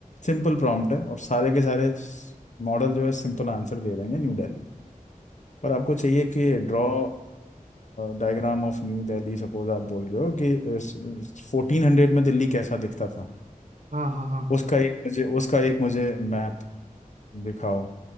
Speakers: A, on the left; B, on the right.
A: simple prompt है और सारे के सारे मॉडल जो है सिंपल आंसर दे देंगे न्यू दिल्ली पर आपको चाहिए कि draw diagram of New Delhi suppose आप बोल रहे हो कि फोर्टीन हंड्रेड में दिल्ली कैसा दिखता था
B: हाँ हाँ हाँ
A: उसका एक मुझे उसका एक मुझे मैप दिखाओ